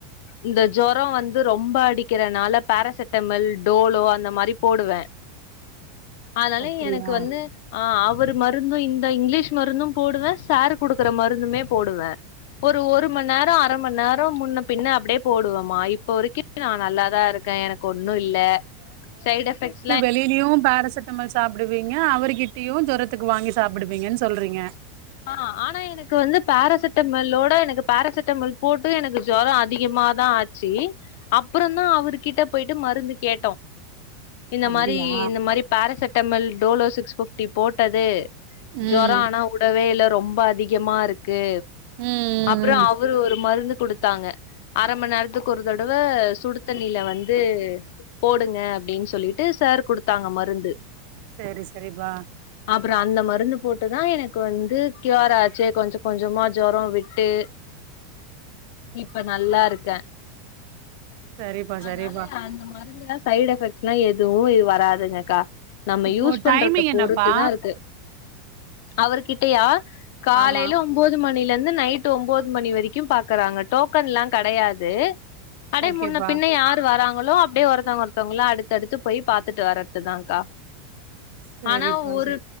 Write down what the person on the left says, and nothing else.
இந்த ஜொரொ வந்து ரொம்ப அடிக்கிறனால பேரசிட்டமல் டோலோ அந்த மாரி போடுவ அதனால
எனக்கு வந்து ஆஹ் அவரு மருந் இந்த இங்லீஷ் மருந்தும் போடுவ சார் குடுக்கற மருந்துமே போடுவ ஒரு ஒரு மண் நேர அர மண் நேர முன்ன பின்ன அப்படியே போடுவெமா இப்ப வரைக்கு நா நல்லாதா ருக்கே எனக்கு ஒன்னு ஒன்னு இல்ல சைட் எஃபெக்ட்
ஆ ஆனா எனக்கு வந்து பரசிட்டமல்லோட எனக்கு பரசிட்டமல் போட்டு எனக்கு ஜோரோ அதிகமாதா ஆச்சி அப்றந்தா அவரு கிட்ட போய்ட்டு மருந்து கேட்டோ இந்த
மாரி இந்த மாரி paracetamol Dolo six fifty போட்டது
ஜொரோ ஆனா உ ரொம்ப அதிகமாருக் கு
அப்றோ
அவரு ஒரு மருந்து தாங்க அர மணி நேரத் க்கு ஒரு தடவ சுடு தண்ணில வந்து போடுங்க அப்டின் சொல்லிட்டு சர் குடுத் தாங்க மருந்து
அப்றோ அந்த மருந் ந்து போட்டுதா எனக் கு வந்து கியூர் ஆச்சு கொஞ்ச கொஞ்சமா ஜொரோ விட்டு இப்ப நல்லா இருக்க
அதனால
அந்த மருந்துலா சைட் எஃபெக்ட்ஸ்னா எதுவு வராதுங்கக்கா நம்ம
யூஸ் பண்றத
பொறுத்துதா இருக்கு அவர்கிட்டயா காலைல
ஒம்போது மணில இருந் ந்து நைட்டு ஒம்போது மணி வரைக்கு பாக்குறாங்க டோக்கன்லா கடையாது அடை
முன்ன பின்ன யாரு வராங் களோ அப்டியே ஒருத்தவங்க ஒருத்தவங்களா அடுத்துடுத்து போய் பாத்துட்டு வர்றதுதாங்கா
ஆனா ஒரு